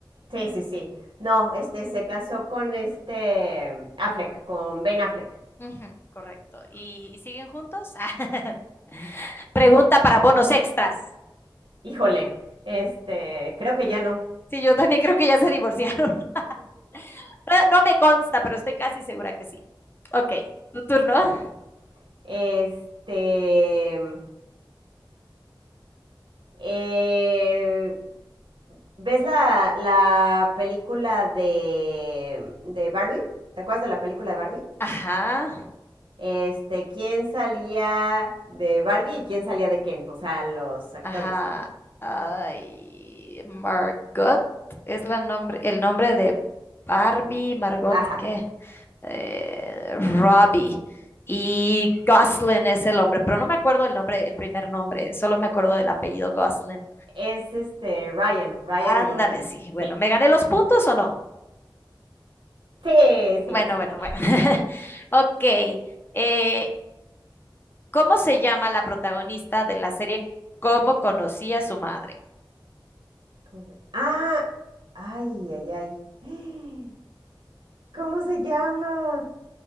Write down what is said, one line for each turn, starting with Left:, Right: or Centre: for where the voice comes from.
Right: Sí, sí, sí. No, este se casó con este mm, Affleck, con Ben Affleck.
Left: Ujú, correcto. ¿Y, y siguen juntos? <laughs> Pregunta para bonos extras.
Right: Híjole, este, creo que ya no.
Left: Sí, yo también creo que ya se divorciaron. <laughs> No, no me consta, pero estoy casi segura que sí. Ok, tu turno.
Right: Ok. Este, mm, eh, ¿Ves la, la película de, de Barbie? ¿Te acuerdas de la película de Barbie?
Left: Ajá.
Right: Este, ¿quién salía de Barbie y quién salía de Ken? O sea, los actores.
Left: Ajá. Ay, Margot es la nombre, el nombre de Barbie, Margot,
Right: Ajá.
Left: ¿qué? Eh, Robbie. Y Goslin es el hombre, pero no me acuerdo el nombre, el primer nombre, solo me acuerdo del apellido Goslin.
Right: Es este Ryan, Ryan
Left: Ándale,
Right: Gosling.
Left: sí. Bueno,
Right: Sí.
Left: ¿me gané los puntos o no?
Right: Sí, sí,
Left: Bueno,
Right: sí.
Left: bueno, bueno. <laughs>
Right: <laughs>
Left: Ok. eh, ¿cómo se llama la protagonista de la serie Cómo conocí a su madre?
Right: ¿Cómo se- Ah, ay, ay, ay. ¿Cómo se llama?